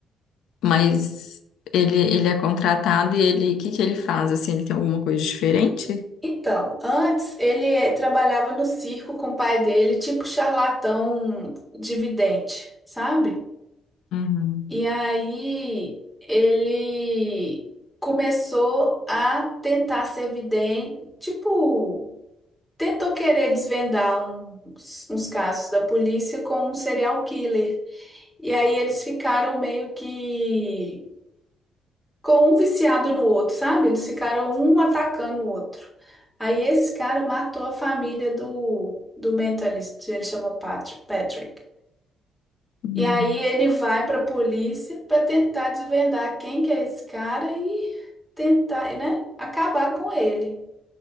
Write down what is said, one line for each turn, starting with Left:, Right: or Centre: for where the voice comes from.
Left: Mas ele, ele é contratado e ele, o que que ele faz? Assim, ele tem alguma coisa diferente?
Centre: Então, antes ele trabalhava no circo com o pai dele, tipo charlatão de vidente, sabe?
Left: Uhum.
Centre: E aí ele começou a tentar ser vidente, tipo, tentou querer desvendar uns, uns casos da polícia com um serial killer. E aí eles ficaram meio que com um viciado no outro, sabe? Eles ficaram um atacando o outro. Aí esse cara matou a família do, do mentalista, ele chama Pat- Patrick.
Left: Uhum.
Centre: E aí ele vai pra polícia pra tentar desvendar quem que é esse cara e tentar, né, acabar com ele.